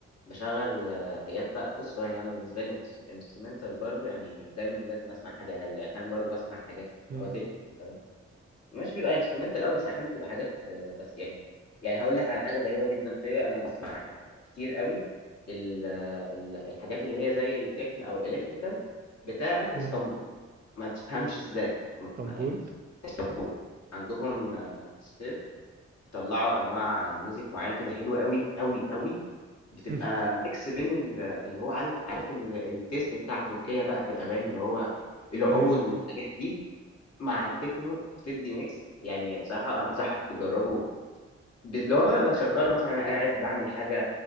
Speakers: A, on the left; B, on the right.
A: باشغّل حاجات بقى بُص، هو يعني أنا بالنسبة لي inst instrumental برضه يعني مش دايمًا لازم أسمع حاجة هادية، أحيانًا برضه باسمع حاجات
B: امم
A: اللي هو techno مثلًا، مش بيبقى instrumental أوي، بس أحيانًا بتبقى حاجات آه، بس يعني يعني هاقول لك على حاجة غريبة جدًا فيّا، أنا باسمع كتير أوي ال آه، ال الحاجات اللي هي زي الtechno أو الelectrical بتاعة
B: امم
A: إسطنبول، ما تفهمش إزاي، ما ت
B: طنبول
A: يعني إسطنبول عندهم آه، في الصيف بيطلّعوا أنواع music معيّنة كده حلوة أوي، أوي، أوي، بتبقى
B: <laughs>
A: mix بين ال اللي هو عارف عارف ال الtaste بتاع تركيا بقى في الأغاني، اللي هو العود
B: ايوه
A: والحاجات
B: ايوه
A: دي، مع التكنو بتدّي mix يعني بصراحة أنا أنصحك تجرّبه ب اللي هو بقى باشغّله مثلًا وأنا قاعد باعمل حاجة